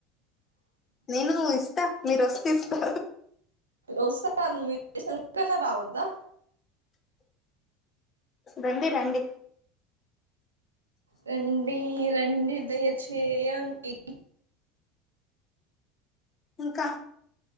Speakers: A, on the left; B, on the right.
A: నేను ఇస్తా మీరు వచ్చి తీసుకో
B: వస్తా మీరు చేసినందుకన్న రావద్దా
A: రండి రండి
B: రండి రండి దయ చేయండి
A: ఇంకా